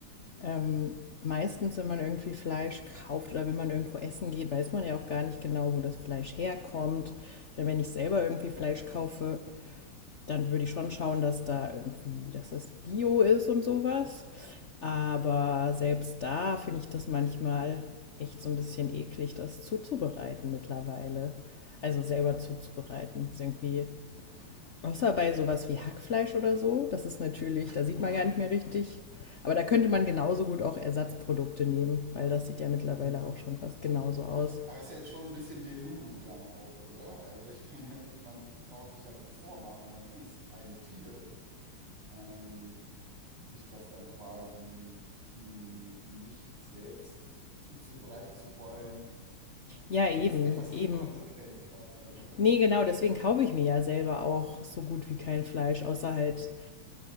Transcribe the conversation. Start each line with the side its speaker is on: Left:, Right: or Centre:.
Left: Ähm, meistens, wenn man irgendwie Fleisch kauft oder wenn man irgendwo essen geht, weiß man ja auch gar nicht genau, wo das Fleisch herkommt. Ich meine, wenn ich selber irgendwie Fleisch kaufe, dann würde ich schon schauen, dass da irgendwie, dass das Bio ist und sowas. Aber selbst da finde ich das manchmal echt so ein bisschen eklig, das zuzubereiten mittlerweile. Also selber zuzubereiten. Ist irgendwie Außer bei sowas wie Hackfleisch oder so, das ist natürlich, da sieht man gar nicht mehr richtig. Aber da könnte man genauso gut auch Ersatzprodukte nehmen, weil das sieht ja mittlerweile
Right: Hm.
Left: auch schon fast genauso aus.
Right: Aber ist ja jetzt schon ein bisschen Delulu dann auch, oder? Also ich <laughs> meine, man braucht sich ja nichts vormachen, man isst ein Tier, ähm, sich das dann quasi mh, nicht selbst zuzubereiten zu wollen.
Left: Ja,
Right: Also
Left: eben,
Right: ist etwas
Left: eben.
Right: inkonsequent fast dann, oder?
Left: Nee, genau, deswegen kaufe ich mir ja selber auch so gut wie kein Fleisch, außer halt